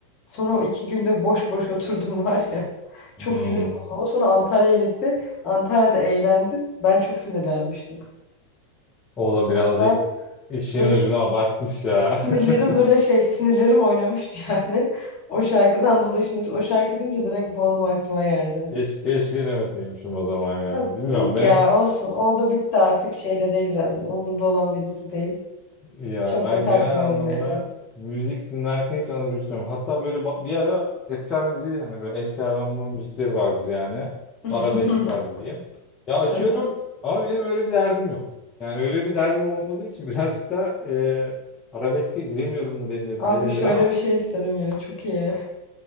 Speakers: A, on the left; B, on the left.
A: Sonra o iki günde boş boş oturdum var ya. <laughs> Çok
B: Hmm.
A: sinir bozuldu. Sonra Antalya'ya gitti. Antalya'da eğlendim. Ben çok sinirlenmiştim.
B: O da birazcık
A: O yüzden
B: işin
A: böyle
B: ucunu abartmış ya.
A: sinirlerim
B: <laughs>
A: böyle şey sinirlerim oynamıştı yani. <laughs> O şarkıdan dolayı şimdi o şarkı duyunca direkt bu anım aklıma geldi.
B: Keşke, keşke demeseymişim o zaman ya.
A: Tabii,
B: Bilmiyorum
A: yok
B: benim
A: ya olsun oldu bitti artık şeyde değil zaten umurumda olan birisi değil.
B: ya
A: Çok
B: ben
A: da takmıyorum
B: genel anlamda
A: yani.
B: müzik dinlerken hiç anabiliyorum. Hatta böyle ba- bir ara efkar müziği hani böyle efkarlanma müzikleri vardır yani.
A: <laughs>
B: Arabesk tarzı diyeyim. Ya açıyorum
A: Aha.
B: ama benim öyle bir derdim yok. Yani öyle bir derdim olmadığı için birazcık da e, arabeske giremiyorum mu denir
A: Abi
B: ne denir
A: şöyle
B: ha?
A: bir şey isterim ya çok iyi.